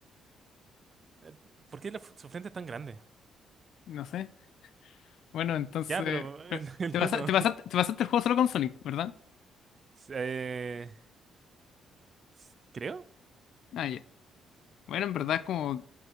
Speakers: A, on the right; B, on the left.
A: Eh, ¿Por qué la fu- su frente es tan grande?
B: No sé. Bueno, entonces...
A: Ya, pero el,
B: pero-
A: <laughs> el
B: Te pasa-
A: uno.
B: te pasaste, te pasaste el juego solo con Sonic, ¿verdad?
A: Eh, s- creo
B: Ah, ya. Bueno, en verdad como...